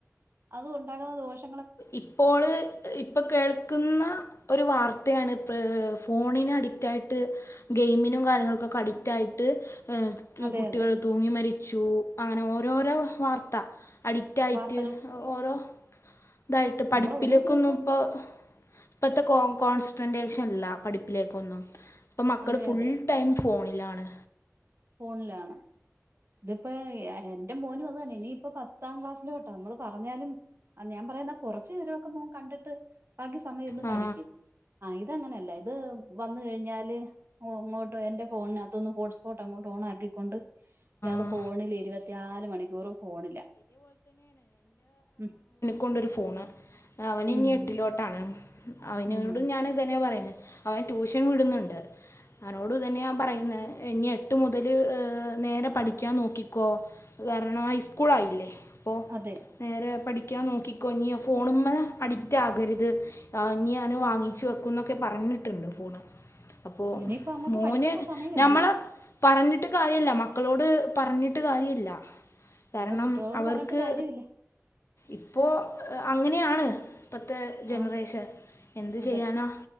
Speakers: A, on the right; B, on the left.
A: അത് ഉണ്ടാക്കുന്ന ദോഷം
B: ഇപ്പോള് ഇപ്പൊ കേൾക്കുന്ന ഒരു വാർത്തയാണ് ഇപ്പൊ ഫോണിന് അഡിക്റ്റായിട്ട് ഗെയിമിനും കാര്യങ്ങളക്കൊക്കെ അഡിക്റ്റ് ആയിട്ട്
A: അതെ
B: കുട്ടികൾ
A: അതെ
B: തൂങ്ങി മരിച്ചു അങ്ങനെ ഓരോരോ വാർത്ത അഡിക്റ്റ ആയിട്ട്
A: വാർത്തകൾ
B: ഓരോ ഇതായിട്ട് പഠിപ്പിലൊക്ക
A: നമ്മൾ ഓരോ ദിവസവും
B: ഒന്നും ഇപ്പോ ഇപ്പോഴത്തെ കോ കോൺസെൻട്രേഷൻല്ല പഠിപ്പിലേക്കൊന്നും ഇപ്പം മക്കൾ
A: അതെ
B: ഫുൾ
A: അതെ
B: ടൈം ഫോണിലാണ്
A: ഫോണിലാണ് ഇതിപ്പോ ന്റെ മോനും അതന്നെ ഇനിയിപ്പ പത്താം ക്ലാസ്സിലോട്ട നമ്മള് പറഞ്ഞാലും ആഹ് ഞാൻ പറയുന്നാ കുറച്ചു നേരമൊക്കെ മോൻ കണ്ടിട്ട് ബാക്കി സമയം ഇര്ന്ന്
B: ആ
A: പഠിക്ക്
B: ആ
A: ആഹ് ഇത് അങ്ങനെയല്ല ഇത് വന്ന കഴിഞ്ഞാല് അങ്ങോട്ട് എന്റെ ഫോണിനകത്തൊന്ന് ഹോട്ട്സ്പോട്ട് അങ്ങോട്ട ഓൺ ആക്കിക്കൊണ്ട് ഇയാള്
B: ആ
A: ഫോണില് ഇരുപത്തിയാല് മണിക്കൂറും ഫോണിലാ ഉം
B: കൊണ്ടൊരു ഫോണ് അവന്
A: ഉം
B: ഇനി എട്ടിലോട്ടാണ് അവനോട്
A: ഉം
B: ഞൻ ഇതന്നെ പറയുന്നു അവൻ ട്യൂഷൻ വിടുന്നുണ്ട് അവനോട് തന്നെയ ഞാൻ പറയുന്നെ ഇനി എട്ട് മുതൽ ഹ് നേരെ പഠിക്കാൻ നോക്കിക്കോ കരണം ഹൈസ്കൂളായില്ലേ പ്പോ
A: അതെ
B: നേരെ പഠിക്കാൻ നോക്കിക്കോ ഇഞ്ഞി ഫോണുമ്മ അഡിക്റ്റ് ആകര്ത് ആ ഇഞ്ഞിയാൻ വാങ്ങിച്ചു വെക്കു ന്നൊക്കെ പറഞ്ഞിട്ടുണ്ട് ഫോണ് അപ്പോ
A: ഇനിയിപ്പ അങ്ങോട്ട്
B: മോന്
A: പഠിക്കേണ്ട സമയമല്ലയോ
B: നമ്മള് പറഞ്ഞിട്ട് കാര്യല്ല മക്കളോട് പറഞ്ഞിട്ട് കാര്യല്ല കാരണം
A: അതാ കുട്ടികളോട്
B: അവർക്ക്
A: പറഞ്ഞിട്ട് കാര്യമില്ല
B: ഇപ്പോ അങ്ങനെയാണ് ഇപ്പത്തെ ജനറേഷൻ
A: ആണ്
B: എന്ത്
A: അതെ
B: ചെയ്യാനാ